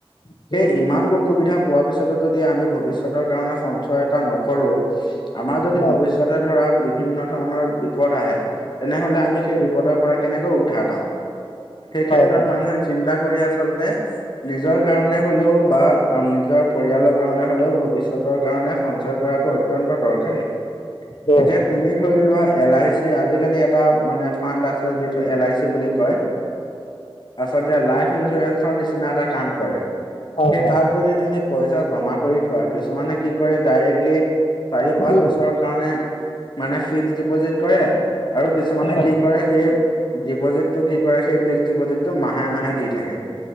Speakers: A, on the left; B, on the left.
A: হয়
B: সেই
A: হয় হয়
B: ইমানবোৰ সুবিধা পোৱাৰ পিছত যদি আমি ভৱিষ্যতৰ কাৰণে সঞ্চয় এটা নকৰো। আমাৰ যদি
A: হয় হয় হয়
B: ভৱিষ্যতে ধৰা বিভিন্ন ধৰণৰ বিপদ আহে তেনেহ'লে আমি সেই বিপদৰ পৰা কেনেকৈ উদ্ধাৰ পাম, সেই ক্ষেত্ৰত
A: হয়
B: মানুহে চিন্তা কৰি আছে। আচলতে নিজৰ কাৰণে হ'লেও বা নিজৰ পৰিয়ালৰ কাৰণে হ'লেও ভৱিষ্যতৰ কাৰণে সঞ্চয় কৰাটো অত্যন্ত দৰকাৰী।
A: উম
B: এতিয়া তুমি ধৰি লোৱা এল আই চি আজিকালি এটা মানে ফাণ্ড আছে যিটো এল আই চি বুলি কয় আচলতে লাইফ ইঞ্চুৰেঞ্চৰ নিচিনা এটা কাম কৰে,
A: হয়
B: সেই
A: হয়
B: তাত যদি তুমি পইচা জমা কৰি থোৱা, কিছুমানে কি কৰে ডাইৰেক্টলি চাৰি
A: হয়
B: পাঁচ
A: উম
B: বছৰৰ কাৰণে মানে ফিক্স ডিপজিট কৰে, আৰু কিছুমানে
A: হয়
B: কি কৰে সেই ডিপজিট টো কি কৰে সেই ফিক্স ডিপজিটটো মাহে মাহে দি থাকে।